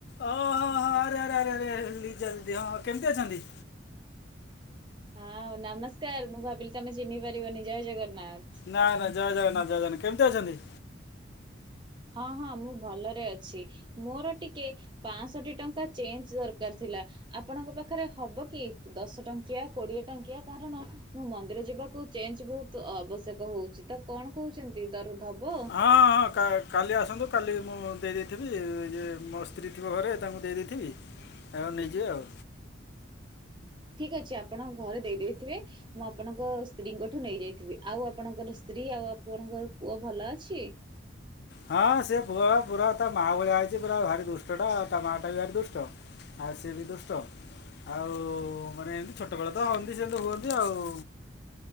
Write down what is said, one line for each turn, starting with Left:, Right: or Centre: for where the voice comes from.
Left: ଓହୋ ହ ଆରେ ଆରେ ଆରେ ଆରେରେ ଲିଜା ଦିଦି, ହଁ ହଁ, କେମିତି ଅଛନ୍ତି?
Right: ହଁ ନମସ୍କାର ମୁଁ ଭାବିଲି ତମେ ଚିହ୍ନି ପାରିବନି। ଜୟ ଜଗନ୍ନାଥ।
Left: ନା ନା ଜୟ ଜଗନ୍ନାଥ ଜୟ ଜନ, କେମିତି ଅଛନ୍ତି?
Right: ହଁ ହଁ ମୁଁ ଭଲରେ ଅଛି। ମୋର ଟିକେ ପାଓଁଷଠି ଟଙ୍କା ଚେଞ୍ଜ ଦରକାର ଥିଲା। ଆପଣଙ୍କ ପାଖରେ ହବ କି? ଦଶ ଟଙ୍କିଆ କୋଡିଏ ଟଙ୍କିଆ କାରଣ ମୁଁ ମନ୍ଦିର ଯିବାକୁ ଚେଞ୍ଜ ବହୁତ ଆବଶ୍ୟକ ହଉଛି ତ କଣ କହୁଛନ୍ତି ଦରୁ ଧବ?
Left: ହଁ ହଁ କ କାଲି ଆସନ୍ତୁ, କାଲି ମୁଁ ଦେଇ ଦେଇଥିବି। ଇଏ ମୋ ସ୍ତ୍ରୀ ଥିବ ଘରେ ତାଙ୍କୁ ଦେଇ ଦେଇଥିବି ଆଉ ନେଇଯିବେ ଆଉ।
Right: ଠିକ୍ ଅଛି ଆପଣ ଘରେ ଦେଇ ଦେଇଥିବେ। ମୁଁ ଆପଣଙ୍କ ସ୍ତ୍ରୀଙ୍କଠୁ ନେଇଯାଇଥିବି। ଆଉ ଆପଣଙ୍କର ସ୍ତ୍ରୀ ଆଉ ଆପଣଙ୍କର ପୁଅ ଭଲ ଅଛି?
Left: ହଁ ସେ ପୁଅ ପୁରା ତା ମାଆ ଭଳିଆ ହେଇଛି। ପୁରା ଭାରି ଦୁଷ୍ଟ ଟା, ତା ମା ଟା ବି ଭାରି ଦୁଷ୍ଟ। ଆ ସେ ବି ଦୁଷ୍ଟ। ଆଉ ମାନେ ଏମିତି ଛୋଟବେଳ ତ ହୁଅନ୍ତି ସେମିତି ହୁଅନ୍ତି ଆଉ।